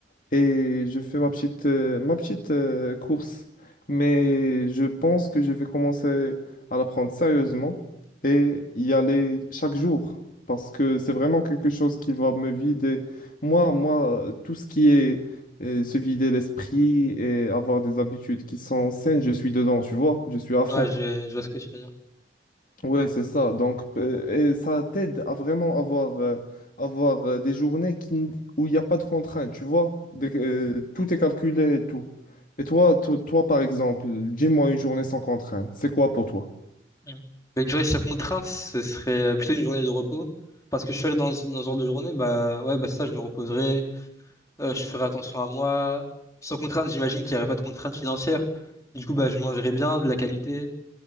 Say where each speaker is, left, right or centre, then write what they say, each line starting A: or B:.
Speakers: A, on the left; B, on the left.
A: et je fais ma petite, euh, ma petite euh, course. Mais je pense que je vais commencer à la prendre sérieusement et y aller chaque jour parce que c'est vraiment quelque chose qui va me vider. Moi, moi, tout ce qui est euh, se vider l'esprit et avoir des habitudes qui sont saines, je suis dedans, tu vois, je suis à fond.
B: Ouais, je, je vois ce que tu veux dire.
A: Ouais, c'est ça. Donc, euh, et ça t'aide à vraiment avoir, euh, avoir euh, des journées qui, n- où il n'y a pas de contraintes, tu vois? Des- euh, tout est calculé et tout. Et toi, to- toi, par exemple, dis-moi une journée sans contrainte. C'est quoi pour toi?
B: Mm. Une journée sans contrainte, ce serait euh, plutôt une journée de repos. Parce que je serais dans, ce- dans ce genre de journée, bah ouais, bah ça, je me reposerai. Euh, je ferai attention à moi. Sans contrainte, j'imagine qu'il n'y aurait pas de contrainte financière. Du coup, bah, je mangerai bien, de la qualité.